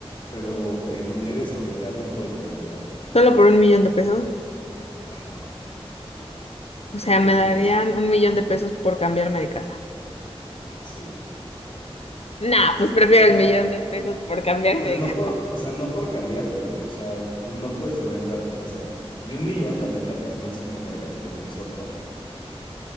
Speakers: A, on the left; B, on the left.
A: pero eh, donde vives ahorita no puedes volver a entrar.
B: Solo por un millón de pesos.
A: Ajá.
B: O sea,
A: ¿Qué prefieres?
B: me darían un millón de pesos por cambiarme de casa.
A: Sí.
B: Nah, pues prefiero
A: O sea,
B: el millón de pesos por cambiarme
A: pero
B: de
A: no
B: casa.
A: por, o sea, no por cambiarte, güey. O sea, no puedes volver a entrar a tu casa. Y un millón, la neta, pues no es como para que te compres otra.